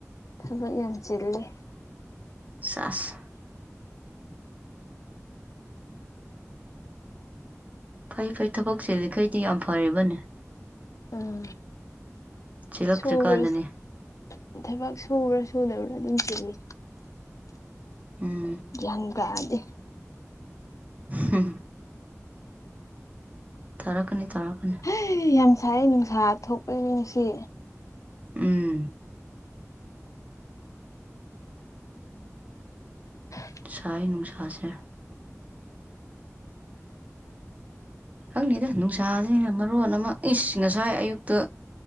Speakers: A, on the left; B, on the right.
A: ꯊꯕꯛ ꯌꯥꯝ ꯆꯤꯜꯂꯦ
B: ꯁꯥꯁ ꯐꯩ ꯐꯩ ꯊꯕꯛꯁꯦ ꯂꯩꯈꯩꯗꯤ ꯌꯥꯝ ꯐꯦꯕꯅꯦ
A: ꯑꯥ
B: ꯆꯤꯜꯂꯛꯇ꯭ꯔꯤꯀꯥꯟꯗꯅꯦ
A: ꯁꯨꯕ꯭ꯔꯁꯤ ꯊꯕꯛ ꯁꯨꯕ꯭ꯔꯥ ꯁꯨꯗꯕ꯭ꯔꯥ ꯑꯗꯨꯝ ꯆꯤꯜꯂꯤ
B: ꯎꯝ
A: ꯒ꯭ꯌꯥꯟ ꯀꯥꯗꯦ
B: ꯍ ꯊꯥꯔꯛꯀꯅꯤ ꯇꯥꯔꯛꯀꯅꯤ
A: ꯑꯩ ꯌꯥꯝ ꯁꯥꯏ ꯅꯨꯡꯁꯥ ꯊꯣꯛꯄ ꯅꯨꯡꯁꯤ
B: ꯎꯝ
A: <inaudible>
B: ꯁꯥꯥꯥꯏ ꯅꯨꯡꯁꯥꯁꯦ ꯈꯪꯅꯤꯗ ꯅꯨꯡꯁꯥꯁꯤꯅ ꯃꯔꯣꯟ ꯑꯃ ꯏꯁ ꯉꯁꯥꯏ ꯑꯌꯨꯛꯇ